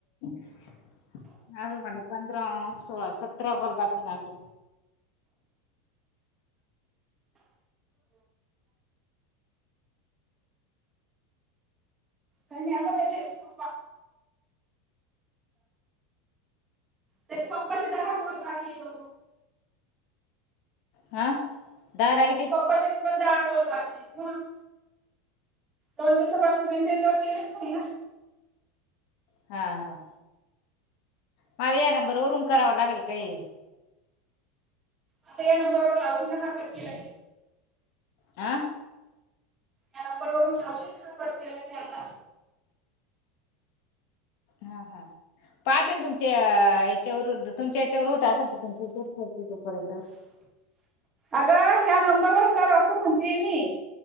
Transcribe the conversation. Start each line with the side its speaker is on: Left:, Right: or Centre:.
Left: अजून मला पंधरा सोळा सतरा काॅल बाकी अजून
Right: काय नाही आता त्याचे खू त्याच्या पप्पाची दहा <unintelligible> न काेतो
Left: हा दहा राहिले
Right: त्याचे पप्पाचे पण दहा कॉल बाकी आहेत मग दोन दिवसापासून त्यांच्या ईथवर ग केलेच नाही ना
Left: हा हा मला या नंबरवरून करावं लागेल काही
Right: आता या नंबरवर लावून ना हा पट केला
Left: आह
Right: या नंबर वरून लावशिल का कट केला की आता
Left: हा हा पाहते ना तुमच्या याच्यावरुन तुमच्या याच्यावर होत असल तुमच्या यचावर
Right: अग ह्या नंबर वर कर असं म्हणते मी